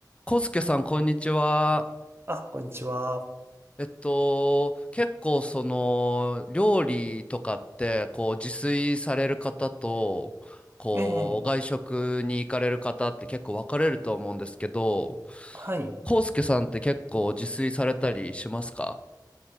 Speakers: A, on the left; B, on the right.
A: コスケさん、こんにちは。
B: あ、こんにちは。
A: えっと、結構その料理とかってこう自炊される方とこう外食に行かれる方って結構分かれると思うんですけど、
B: ええ、はい。
A: コスケさんって結構自炊されたりしますか